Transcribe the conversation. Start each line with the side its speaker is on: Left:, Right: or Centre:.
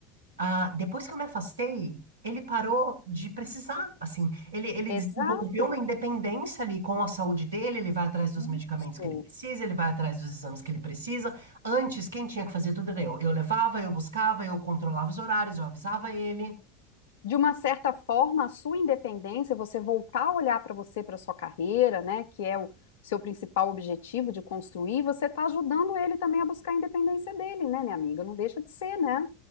Right: ah, depois que eu me afastei, ele parou de precisar, assim, ele, ele
Left: Exato.
Right: desenvolveu uma independência ali com a saúde dele, ele vai atrás dos medicamentos
Left: Isso.
Right: que ele precisa, ele vai atrás dos exames que ele precisa. Antes, quem tinha que fazer tudo era eu. Eu levava, eu buscava, eu controlava os horários, eu avisava ele.
Left: de uma certa forma, a sua independência, você voltar a olhar para você, para sua carreira, né, que é o seu principal objetivo de construir, você está ajudando ele também a buscar a independência dele, né, minha amiga? Não deixa de ser, né?